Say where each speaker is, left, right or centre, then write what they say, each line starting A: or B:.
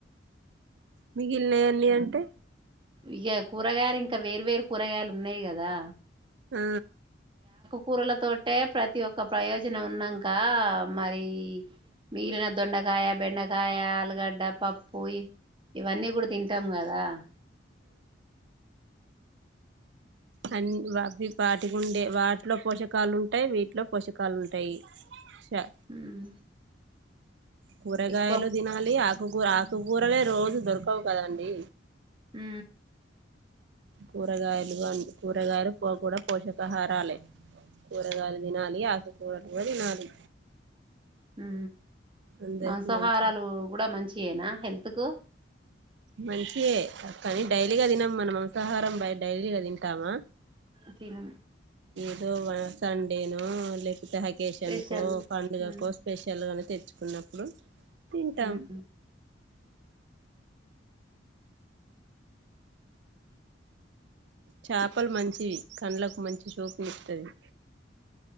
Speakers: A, on the right (about 65°); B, on the right (about 25°).
A: మిగిలినై అన్ని అంటే
B: ఇక కూరగాయలు ఇంకా వేర్వేరు కూరగాయలు ఉన్నాయి గదా
A: ఆ
B: కూరలతోటే ప్రతి ఒక్క ప్రయోజనం ఉన్నాక మరి మిగిలిన దొండకాయ, బెండకాయ ఆలుగడ్డ, పప్పు ఈ వన్నీ కూడా తింటాం కదా ఆ
A: ఆ అవి వాటికి ఉండే వాటిలో పోషకాలు ఉంటాయి, వీటిలో పోషకాలు ఉంటాయి. చ
B: ఉమ్,
A: కూరగాయలు
B: ఎక్కువ
A: తినాలి అక్ వగా ఆకుకూరలే రోజు దొరకవు కదండీ.
B: హ్
A: కూరగాయలు అని కూరగాయలు పో కూడా పోషకాహారాలే కూరగాయలు తినాలి. ఆకుకూరలు కూడా తినాలి.
B: హ్
A: అందరికి
B: మాంసాహారాలు
A: మంచి
B: కూడా మంచి యేనా హెల్త్ కు
A: మంచియే కానీ డైలీగా తినం. మనం మాంసాహారం బ డైలీగా తింటామా.
B: ఇంకేం
A: ఎదొ మన సండేనొ లేక్ ఇహ అకేషన్కో,
B: స్పెషల్
A: పండుగకో
B: ఉమ్,
A: స్పెషల్ గా తెచ్చుకున్నప్పుడు తింటాం
B: ఊహూ
A: చపలు మంచివి కండ్లకు మంచి చూపునిస్తుంది.